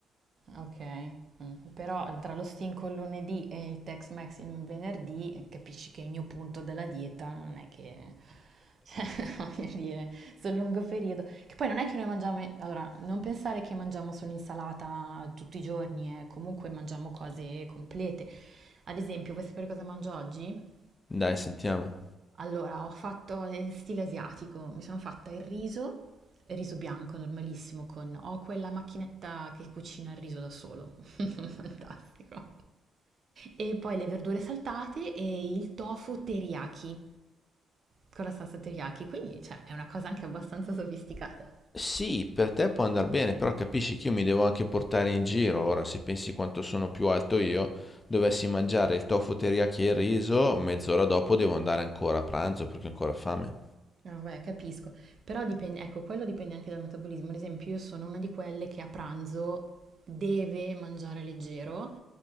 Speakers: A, on the right (about 50°); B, on the left (about 25°).
A: Ok, mm. però tra lo stinco il lunedì e il Tex-Mex il venerdì eh, capisci che il mio punto della dieta non è che, <laughs> cioè, voglio dire, sul lungo periodo, che poi non è che noi mangiamo, allora, non pensare che mangiamo solo insalata tutti i giorni, eh, comunque mangiamo cose complete. Ad esempio, vuoi sapere cosa mangio oggi?
B: Dai, sentiamo.
A: Allora, ho fatto in stile asiatico, mi sono fatta il riso, il riso bianco normalissimo con... Ho quella macchinetta che cucina il riso da solo, <laughs> fantastico. E poi le verdure saltate e il tofu teriyaki, con la salsa teriyaki, quindi cioè, è una cosa anche abbastanza sofisticata.
B: Sì, per te può andare bene, però capisci che io mi devo anche portare in giro. Ora, se pensi quanto sono più alto io, dovessi mangiare il tofu teriyaki e il riso, mezz'ora dopo devo andare ancora a pranzo perché ho ancora fame.
A: No, beh, capisco. Però dipende, ecco, quello dipende anche dal metabolismo. Ad esempio, io sono una di quelle che a pranzo deve mangiare leggero